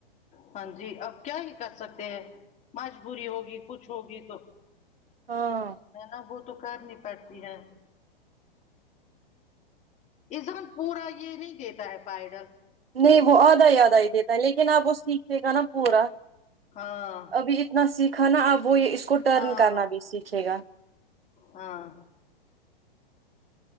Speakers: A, on the left (about 25°); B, on the right (about 80°).
A: ہاں جی آپ کیا ہی کر سکتے ہیں مجبوری ہوگی کچھ ہوگی تو
B: ہاں
A: ہیں نا وہ تو کرنی پڑتی ہے اس زمن پورا یہ نہیں دیتا ہے پائڈل
B: نہیں وہ آدھا ہی آدھا ہی دیتا ہے لیکن آپ وہ سیکھے گا نا پورا
A: ہاں
B: ابھی اتنا سیکھا نا اب وہ یہ اس کو ٹرن
A: ہاں
B: کرنا بھی سیکھے گا
A: ہاں